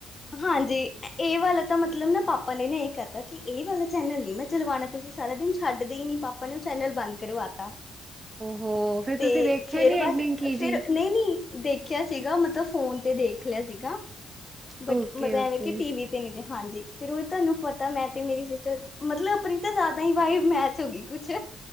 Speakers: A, on the left; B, on the right.
A: ਹਾਂਜੀ, ਇਹ ਵਾਲਾ ਤਾਂ ਮਤਲਬ ਨਾ ਪਾਪਾਂ ਨੇ ਵੇ ਇਹੀ ਕਹਿਤਾ ਕਿ ਇਹ ਵਾਲਾ ਚੈਨਲ ਨੀ ਮੈਂ ਚਲਵਾਣਾ ਤੁਸੀਂ ਸਾਰਾ ਦਿਨ ਛੱਡਦੇ ਹੀ ਨੀਂ, ਪਾਪਾਂ ਨੇਂ ਉਹ ਚੈਨਲ ਬੰਦ ਕਰਵਾਤਾ
B: ਹੋ ਫੇਰ
A: ਤੇ'
B: ਤੁਸੀਂ ਦੇਖਿਆ
A: ਫੇਰ
B: ਨੀ ਐਂਡਿੰਗ
A: ਬਸ
B: ਕੀ
A: ਫੇਰ
B: ਜੀ
A: ਨਹੀਂ-ਨਹੀਂ ਦੇਖਿਆਂ ਸੀਗਾ ਮਤਲਬ ਫ਼ੋਨ ਤੇ ਦੇਖ ਲ਼ਿਆ ਸੀਗਾ, ਬਟ
B: ਓਕੇ
A: ਮਤਲਬ
B: ਓਕੇ
A: ਐਵੇਂ ਕਿ ਟੀਵ ਤੇ, ਹਾਂਜੀ ਫੇਰ ਉਹੀਂ ਤੁਹਾਂਨੂੰ ਪਤਾਂ ਮੈਂ ਤੇ ਮੇਰੀ ਸਿਸਟਰ ਮਤਲਬ ਆਪਣੀਂ ਤਾਂ ਜ਼ਿਆਦਾ ਹੀ ਵਾਈਬ ਮੈਚ ਹੋਗੀ ਕੁੱਛ